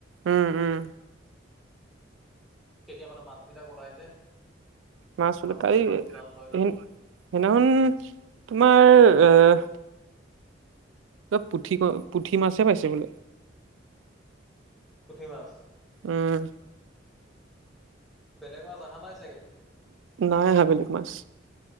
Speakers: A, on the right; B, in the centre.
A: উম উম
B: তেতিয়া মানে, মাছ বিলাক ওলাই যে
A: মাছলে
B: মাছ
A: কি
B: বিলাকে
A: সিদিনাখন
B: উজান লয়তো
A: তোমাৰ অ', পুঠি ক পুঠি মাছে পাইছে বোলে
B: পুথি মাছ
A: উম
B: বেলেগ মাছ অহা নাই চাগে
A: নাই অহা বেলেগ মাছ